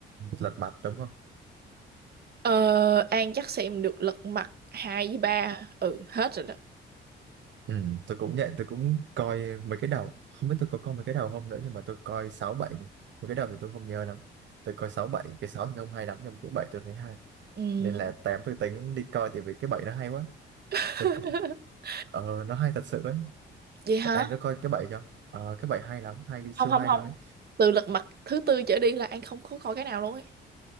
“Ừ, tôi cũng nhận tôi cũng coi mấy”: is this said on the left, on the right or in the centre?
Right